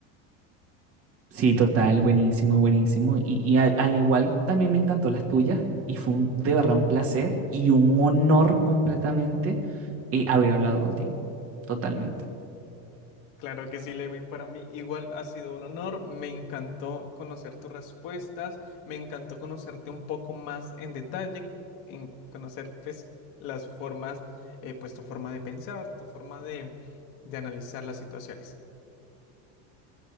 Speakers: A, on the right; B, on the left.
A: Sí, total, buenísimo, buenísimo. Y, y al, al igual también me encantó las tuyas y fue un- de verdad un placer y un honor completamente eh, haber hablado contigo, totalmente.
B: Claro que sí, Lewin, para mí igual ha sido un honor. Me encantó conocer tus respuestas, me encantó conocerte un poco más en detalle, en conocer pues las formas, eh, pues tu forma de pensar, tu forma de, de analizar las situaciones.